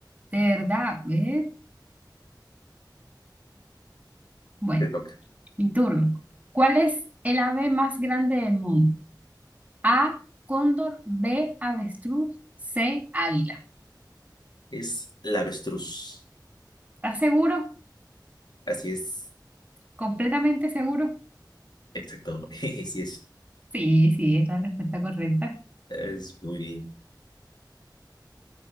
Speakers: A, on the right; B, on the left.
A: de verdad. ¿ves? Bueno,
B: te toca.
A: mi turno. ¿Cuál es el ave más grande del mundo? A, cóndor, B, avestruz, C, águila.
B: Es la avestruz.
A: ¿Estás seguro?
B: Así es.
A: ¿Completamente seguro?
B: Exacto. <laughs> Sí es.
A: Sí, sí, es la respuesta correcta.
B: Es muy bien.